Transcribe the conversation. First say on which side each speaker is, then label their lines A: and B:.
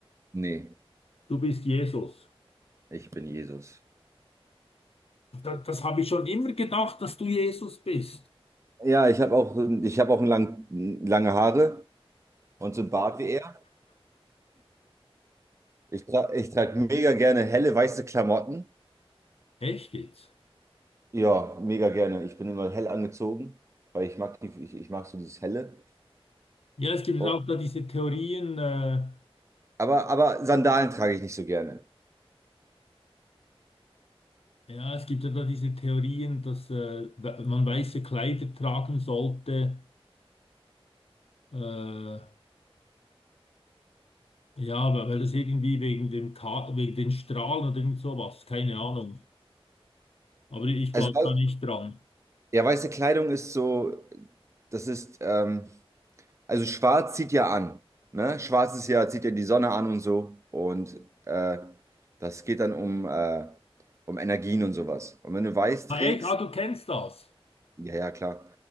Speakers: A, on the right; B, on the left.
A: Nee,
B: Du bist Jesus.
A: ich bin Jesus.
B: Das, das habe ich schon immer gedacht, dass du Jesus bist.
A: Ja, ich habe auch, ich habe auch lang, lange Haare und so einen Bart wie er. Ich, tra ich trage mega gerne helle weiße Klamotten.
B: Echt jetzt?
A: Ja, mega gerne. Ich bin immer hell angezogen, weil ich mag die, ich, ich mag so dieses Helle.
B: Ja, es gibt
A: Oh.
B: auch da diese Theorien, äh,
A: Aber, aber Sandalen trage ich nicht so gerne.
B: ja, es gibt ja da diese Theorien, dass äh, we- man weiße Kleider tragen sollte, äh, ja, weil, weil das irgendwie wegen dem Ka wegen den Strahlen oder irgend sowas, keine Ahnung. Aber ich glaube
A: Also,
B: da nicht dran.
A: ja, weiße Kleidung ist so, das ist, ähm, also schwarz zieht ja an, ne? Schwarz ist ja, zieht ja die Sonne an und so. Und äh, das geht dann um, äh, um Energien und sowas. Und wenn du weiß trägst,
B: Ah, echt? Ah, du kennst das?
A: Ja, ja, klar.